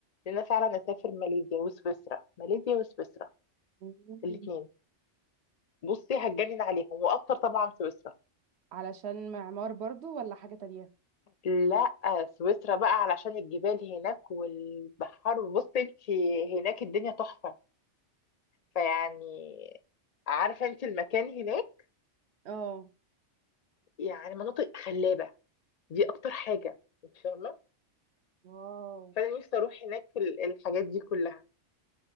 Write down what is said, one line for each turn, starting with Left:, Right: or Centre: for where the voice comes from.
Left: ان انا فعلا اسافر ماليزيا وسويسرا ماليزيا وسويسرا
Right: مم.
Left: الاثنين بصي هتجنن عليهم واكتر طبعا سويسرا
Right: علشان معمار برضو ولا حاجة تانية
Left: لا سويسرا بقى علشان الجبال هناك والبحر بصي انت هناك الدنيا تحفه فيعني عارفه انت المكان هناك
Right: اه
Left: يعني مناطق خلابه دي اكتر حاجه انت فاهمه
Right: واو
Left: فانا نفسي اروح هناك في ال- الحاجات دي كلها